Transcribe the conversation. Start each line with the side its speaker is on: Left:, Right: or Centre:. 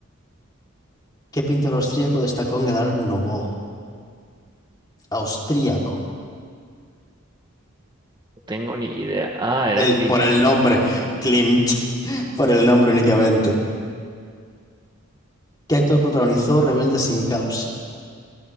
Left: ¿Qué pintor austríaco destacó en el Art Nouveau? Austríaco.
Right: No tengo ni idea. Ah, era
Left: El,
Right: Klimt.
Left: por el nombre, Klimt. <laughs> Por el nombre únicamente. ¿Qué actor protagonizó Rebelde sin causa?